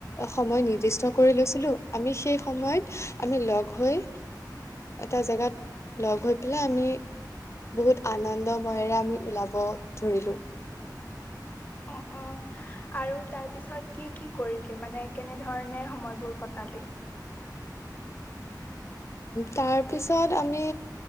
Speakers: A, on the left; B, on the left.
A: সময় নিৰ্দিষ্ট কৰি লৈছিলো, আমি সেই সময়ত আমি লগ হৈ এটা জেগাত লগ হৈ পেলাই আমি বহুত আনন্দময়েৰে আমি ওলাব ধৰিলোঁ।
B: অ', অ' আৰু তাৰ পিছত কি কি কৰিলি? মানে কেনেধৰণে সময়বোৰ কটালি?
A: তাৰপিছত আমি